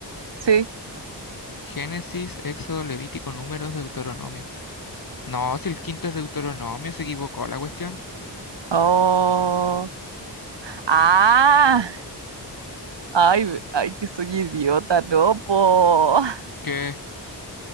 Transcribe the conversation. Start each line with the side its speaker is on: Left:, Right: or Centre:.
Right: Sí.
Left: Génesis, Éxodo, Levítico, Números, Deuteronomio. No, si el quinto es Deuteronomio, se equivocó la cuestión.
Right: Oh. Ah. Ay, ve- ay, que soy idiota, no, po. <laughs>
Left: ¿Qué?